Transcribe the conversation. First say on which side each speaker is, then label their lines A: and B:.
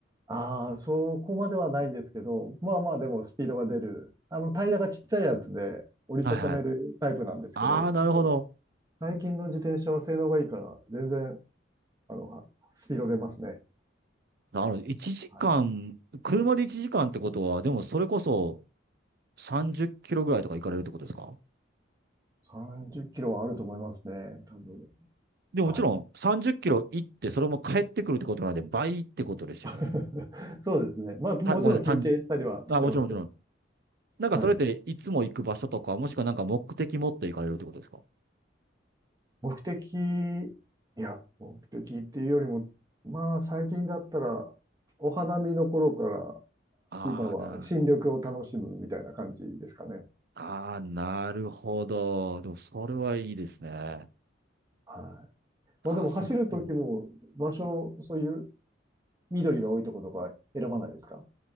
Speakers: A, on the right; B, on the right.
A: ああ、そこまではないんですけど、まあまあでもスピードが出る。あの、タイヤがちっちゃいやつで折りたためるタイプなんですけど、
B: はいはい。ああ、なるほど。
A: もう最近の自転車は性能がいいから、全然、あの、はスピード出ますね。
B: なるほど。1時間、
A: はい。
B: 車で1時間ってことは、でもそれこそ30キロぐらいとか行かれるってことですか
A: 30キロはあると思いますね、多分。
B: でももちろん30キロ行って、
A: はい。
B: それも帰ってくるってことなんで倍ってことですよね。
A: <laughs> そうですね。まあ、もちろん休憩したりはしますけど。
B: たごめんなさい、単純。あ、もちろんもちろん。なんかそれっていつも行く場所とか、
A: はい。
B: もしくはなんか目的持って行かれるってことですか
A: 目的、いや、目的っていうよりも、まあ、最近だったら、お花見の頃から、
B: ああー、
A: 今は新緑を楽しむみたいな感じですかね。
B: なああ、なるほど。でも、それはいいですね。
A: はい。
B: ああ、
A: まあでも走るときも場所、
B: そう。うん
A: そういう緑が多いところとか選ばないですか